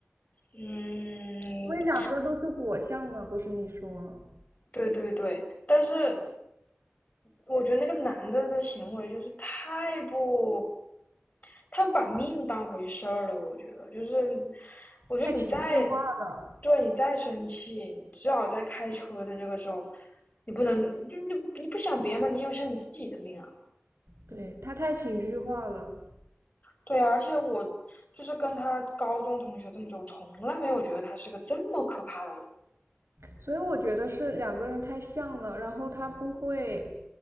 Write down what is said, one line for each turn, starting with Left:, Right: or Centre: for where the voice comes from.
Left: 嗯，
Right: 因为两个都是火象嘛，不是你说
Left: 对对对。但是我觉得那个男的的行为就是太不，他把命当回事儿了。我觉得就是，我觉得你再，
Right: 太情绪化了，
Left: 对你再生气，你至少在开车的这个时候，你不能就你你不想别人嘛，你也要想你自己的命啊。
Right: 对，他太情绪化了。
Left: 对啊，而且我就是跟他高中同学这么久，我从来没有觉得他是个这么可怕的人。
Right: 所以我觉得是两个人太像了，然后他不会，